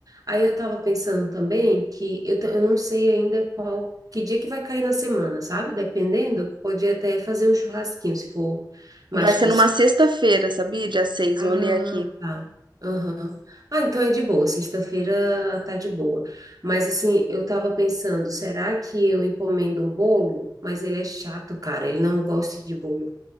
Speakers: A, on the right (about 50°); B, on the right (about 85°).
A: Aí eu tava pensando também que eu, ta- eu não sei ainda qual, que dia que vai cair na semana, sabe? Dependendo, podia até fazer um churrasquinho, se for mais
B: Vai
A: tipo
B: ser numa sexta-feira, sabia? Dia 6.
A: Ah,
B: eu olhei aqui.
A: tá. Aham. Ah, então é de boa. Sexta-feira tá de boa. Mas assim, eu tava pensando, será que eu encomendo um bolo? Mas ele é chato, cara. Ele não gosta de bolo.